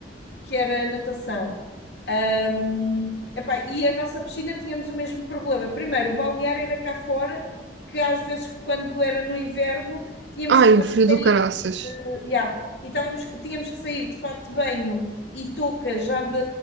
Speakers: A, on the left; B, on the right.
A: que era natação. Ahm, epá, e a nossa piscina tínhamos o mesmo problema. Primeiro, o balneário era cá fora, que às vezes, quando era no inverno, tínhamos
B: Ai,
A: que
B: o
A: estar a
B: frio do
A: sair,
B: caraças.
A: já, e estávamos, tínhamos que sair de fato de banho e touca já de,